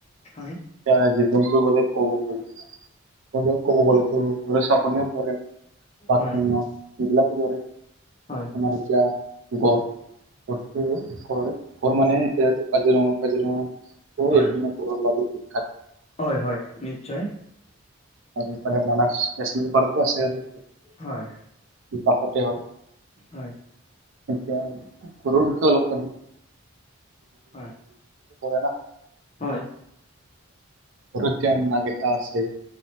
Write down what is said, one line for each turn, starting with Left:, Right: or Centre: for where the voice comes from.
Left: হয়
Right: এতিয় জীৱ জন্তুৰ বলে কব বলে ক'ব তোৰ সক প ন বাঘ
Left: হয়
Right: সিংহ এইবিলাকো পৰে।
Left: হয়।
Right: আমাৰ এতিয়া গ়ড় মানে গড়টো ঘ ঘৰ মানে এতিয়া কাজিৰঙা কাজিৰঙা গড়, এশিঙীয়া
Left: হয়
Right: গড়ৰ বাবে বখ্যাত।
Left: হয় হয় নিশ্চয়।
Right: আৰুফালে মানস বেচ পাৰকো আছে আৰু।
Left: হয়।
Right: কাষতে হয়
Left: হয়
Right: এতিয়া গড়ৰ বিষয়ে অলপ
Left: হয়
Right: <unintelligible>
Left: হয়।
Right: ঘতে নাগেটা আছে <unintelligible>